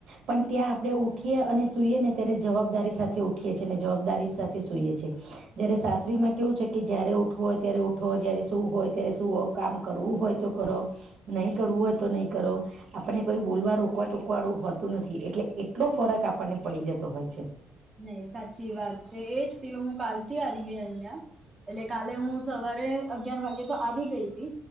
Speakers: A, on the right (about 65°); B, on the right (about 20°).
A: પણ ત્યાં આપણે ઉ ઉઠીએ અને સુઈએ ને ત્યારે જવાબદારી સાથે ઉઠીએ છે ને જવાબ દારી સાથે સુઈએ છે જય્યારે સાસરી માં કેવું છે કે જયારે ઉઠવું હોય ત્યારે ઉઠો જ્યારે સૂવું હોય ત્યારે સુવો કામ કરવું હોય તો કરો નહી કરવું હોય તો નહીં કરો. આપણને કોઈ બોલવા રોકવા ટોકવા વાળું હોતું નથી એટલે એટલો ફરક આપણને પડી જતો હોય છે.
B: નહી સાચી વાત છે એજ થી હું કાલ થી આવી ગઈ અહીંયા. એટલે કાલે હું સવારે અગયાર વાગે તો આવી ગઈ તી.